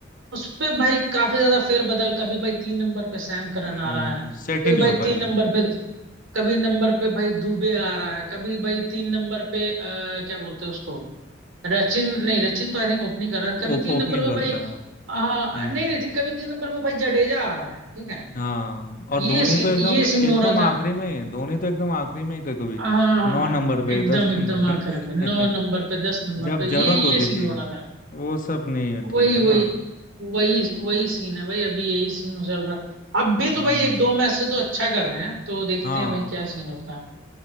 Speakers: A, on the right; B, on the left.
A: उस पे भाई काफी ज्यादा फेरबदल कभी भाई तीन नंबर पे सैम करन
B: हम्म
A: आ रहा है
B: सेट
A: कभी
B: ही नहीं
A: भाई
B: हो
A: तीन
B: पाया
A: नंबर पे कभी नंबर पे भाई दुबे आ रहा है कभी भाई तीन नंबर पे आ, क्या बोलते हैं उसको रचिन नहीं रचिन तो आई थिंक ओपनिंग कर रहा है कभी
B: ओप,
A: तीन
B: ओपनिंग
A: नंबर पे
B: करता
A: भाई
B: है
A: आ,
B: हम्म
A: नहीं नहीं ठीक कभी तीन नंबर पे भाई जडेजा आ रहा है ठीक है
B: हाँ और
A: ये
B: धोनी
A: सीन
B: तो एकदम
A: ये
B: एकदम
A: सीन हो रहा
B: आखिरी
A: था
B: में धोनी तो एकदम आखिरी में ही कभी कभी
A: हाँ हाँ,
B: नौ नंबर पे
A: एकदम
B: दस
A: एकदम
B: नंबर
A: आखिर
B: पे
A: में नौ नंबर
B: <laughs>
A: पे दस नंबर
B: जब
A: पे
B: जरूरत
A: ये ये
B: होती
A: सीन
B: थी
A: हो रहा था
B: वो सब नहीं है ठीक
A: वही
B: है
A: वही
B: ना
A: वही वही सीन है भाई अभी यही सीन चल रहा अभी तो
B: हम्म
A: भाई एक दो मैच से तो अच्छा कर रहे हैं तो देखते
B: हाँ
A: हैं भाई क्या सीन होता है